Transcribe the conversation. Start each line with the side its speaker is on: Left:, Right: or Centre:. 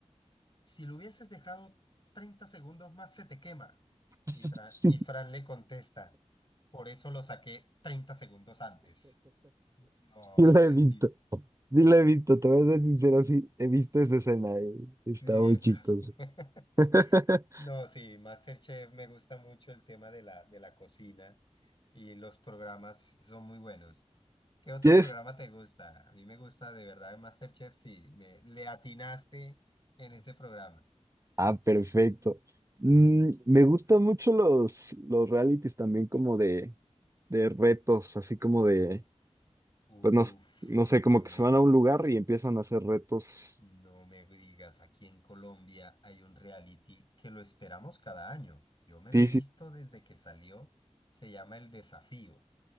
Left: si lo hubieses dejado 30 segundos más, se te quema. Y Fran,
Right: <laughs> Sí,
Left: y Fran le contesta, por eso lo saqué 30 segundos antes. No,
Right: la
Left: este
Right: he visto.
Left: tipo.
Right: Sí la he visto, te voy a ser sincero, sí, he visto esa escena, eh, Está
Left: Sí,
Right: muy
Left: entonces.
Right: chistoso.
Left: <laughs>
Right: <laughs>
Left: No, sí, MasterChef me gusta mucho el tema de la, de la cocina y los programas son muy buenos. ¿Qué otro
Right: ¿Quieres?
Left: programa te gusta? A mí me gusta de verdad el MasterChef, sí, me, le atinaste en ese programa.
Right: Ah, perfecto. Mm, me gustan mucho los, los realities también como de, de retos, así como de,
Left: Uf,
Right: pues no, s- no sé,
Left: no
Right: como que
Left: me,
Right: se van
Left: di-
Right: a un lugar y empiezan a hacer retos.
Left: no me digas, aquí en Colombia hay un reality que lo esperamos cada año. Yo me
Right: Sí,
Left: lo he visto
Right: sí,
Left: desde que salió, se llama El Desafío.